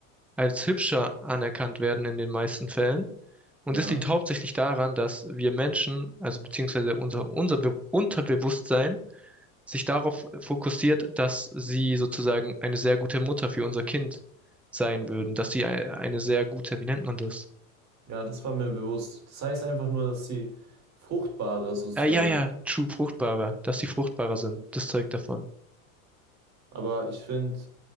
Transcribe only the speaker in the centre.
als hübscher anerkannt werden in den meisten Fällen. Und
das liegt hauptsächlich daran, dass wir Menschen, also beziehungsweise unser, unser Be Unterbewusstsein, sich darauf fokussiert, dass sie sozusagen eine sehr gute Mutter für unser Kind sein würden, dass sie ei- eine sehr gute, wie nennt man das?
Äh, ja, ja, true, fruchtbarer, dass sie fruchtbarer sind, das zeugt davon.